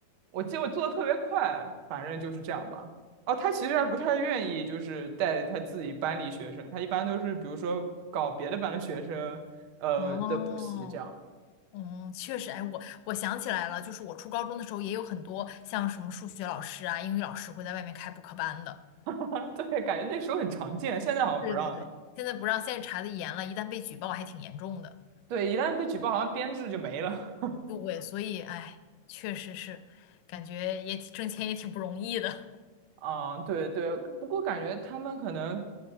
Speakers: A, on the right; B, on the left.
A: 我记得我做的特别快，反正就是这样吧。哦，他其实还不太愿意，就是带他自己班里学生，他一般都是比如说搞别的班的学生，呃的补习这样。
B: 哦，嗯，确实，哎，我我想起来了，就是我初高中的时候也有很多像什么数学老师啊、英语老师会在外面开补课班的。
A: 啊，对，感觉那个时候很常见，现在好像不让了。
B: 对对对，现在不让，现在查的严了，一旦被举报还挺严重的。
A: 对，一旦被举报，好像编制就没了。
B: 对，所以哎，确实是，感觉也挺挣钱也挺不容易的。
A: 啊，对对，不过感觉他们可能，